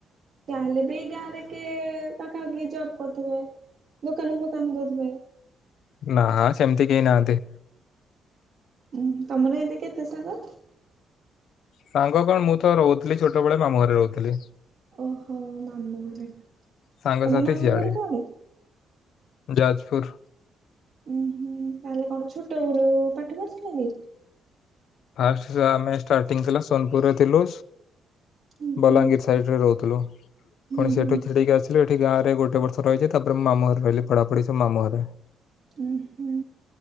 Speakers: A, on the right; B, on the left.
A: ତାହେଲେ ବି ଗାଁରେ କି ପାଖାାଖି ଜବ କରିଦବେ ଦୋକାନ ଫୋକାନ ଧଥବେ
B: ନା ସେମିତି କେହି ନାହାନ୍ତି।
A: ହଁ ତମର ଏତି କେତେ ସାଙ୍ଗ
B: ସାଙ୍ଗ କଣ ମୁଁ ତ ରହୁଥିଲି ଛୋଟବେେଳେ ମାମୁଁ ଘରେ ରହୁଥିଲି।
A: ଓହୋ ମାମୁ ଘରେ
B: ସାଙ୍ଗସାଥି
A: ତମ ମାମୁ
B: ସିଆଡେ
A: ଘର କୁଆଦେ
B: ଯାଜପୁର
A: ଉଁ ହୁଁ ତାହଲେ କଣ ଛୋଟରୁ ପାଠ ପଢୁଥିଲ କି?
B: ଫାଷ୍ଟ ଆମେ ଷ୍ଟାର୍ଟିଂ ଥିଲା ସୋନପୁରରେ ଥିଲୁ
A: ହୁଁ
B: ବଲାଙ୍ଗୀର
A: ହୁଁ।
B: ସାଇଡ ରେ ରହୁଥିଲୁ
A: ହୁଁ
B: ପୁଣି ସେଠୁ
A: ହୁଁ
B: ଛିଠିକି ଆସିଲୁ ଏଠି ଗାଁ ରେ ଗୋଟେ ବର୍ଷ ରହିଛି ତାପରେ ମାମୁ ଘରେ ରହିଲି ପଢାପଢି ସ ମାମୁଁରେ
A: ଉଁ ହୁଁ